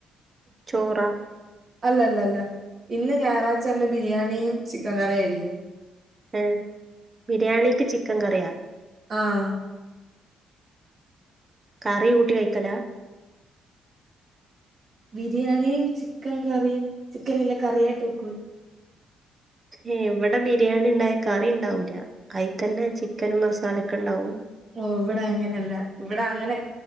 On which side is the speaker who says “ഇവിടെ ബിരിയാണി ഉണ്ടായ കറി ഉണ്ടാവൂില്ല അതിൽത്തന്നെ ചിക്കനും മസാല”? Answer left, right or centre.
Right